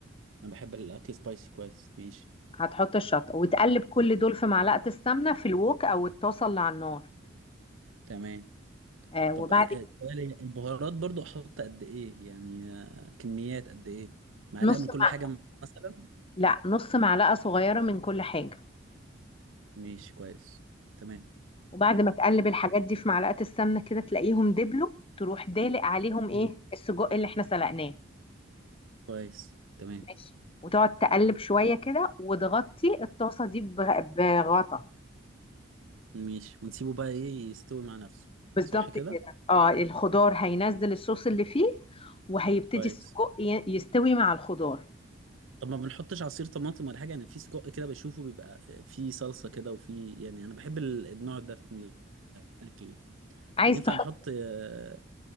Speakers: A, on the right; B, on the left.
A: انا بحب الاكل سبايسي كويس ماشي
B: هتحط الشطه وتقلب كل دول في معلقه السمنه في الوك او الطاسه اللي على النار
A: تمام
B: آه وبعد
A: طب إيه
B: كده
A: إيه- سؤال إيه، البهارات برضو احط قد ايه يعني آه، كميات قد ايه معلقة
B: نص
A: من كل
B: مع...
A: حاجة مثلا
B: لا نص معلقة صغيرة من كل حاجة
A: ماشي كويس تمام
B: وبعد ما تقلب الحاجات دي في معلقة السمنة كده تلاقيهم دبلوا تروح دالق عليهم ايه
A: مم.
B: السجق اللي احنا سلقناه
A: كويس تمام
B: ماشي وتقعد تقلب شوية كده وتغطي الطاسة دي ب- بغطا
A: ماشي ونسيبه بقى ايه يستوي مع نفسه
B: بالظبط
A: صح كده
B: كده اه الخضار هينزل الصوص اللي فيه وهيبتدي
A: كويس
B: السجق ي- يستوي مع الخضار
A: طب ما بنحطش عصير طماطم ولا حاجه انا في سجق كده بشوفه بيبقى فيه صلصه كده وفي يعني انا بحب ال- النوع ده من الاكل
B: عايز
A: ينفع
B: تحط
A: نحط آه،